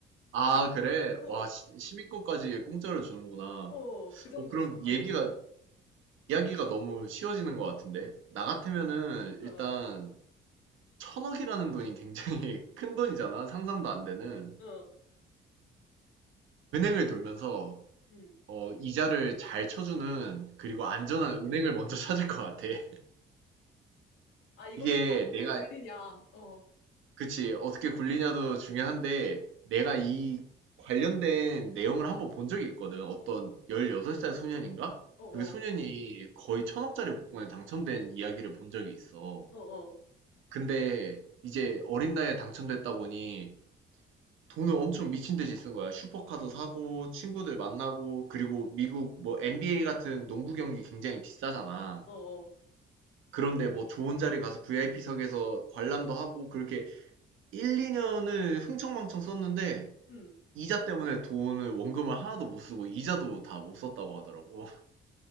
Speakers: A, on the right; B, on the left.
A: 아, 그래?
B: 어.
A: 와, 시- 시민권까지 공짜로 주는구나.
B: 어, 그 정도
A: 어, 그럼
B: 저- 당첨되면.
A: 얘기가, 이야기가 너무 쉬워지는 것 같은데? 나 같으면은, 일단,
B: 어, 어,
A: 천억이라는 돈이 굉장히 <laughs> 큰 돈이잖아. 상상도 안 되는.
B: 어, 어,
A: 은행을 돌면서
B: 음.
A: 어 이자를 잘 쳐 주는 그리고 안전한 은행을 먼저 <laughs> 찾을 것 같아. <laughs>
B: 아, 이거를
A: 이게
B: 또 어떻게
A: 내가
B: 굴리냐. 어, 어,
A: 그치. 어떻게 굴리냐도 중요한데 내가 이 관련된 내용을 한번 본 적이 있거든. 어떤 16살 소년인가?
B: 어,
A: 그 소년이 거의 1,000 억짜리 복권에 당첨된 이야기를 본 적이 있어.
B: 어, 어,
A: 근데 이제 어린 나이에 당첨됐다 보니 돈을 엄청 미친 듯이 쓴 거야. 슈퍼카도 사고 친구들 만나고 그리고 미국 뭐 NBA 같은 농구 경기 굉장히 비싸잖아.
B: 어, 어.
A: 그런데 뭐 좋은 자리 가서 VIP석에서 관람도 하고 그렇게 1, 2년을 흥청망청 썼는데
B: 음.
A: 이자 때문에 돈을 원금을 하나도 못 쓰고 이자도 다 못 썼다고 하더라고. <laughs>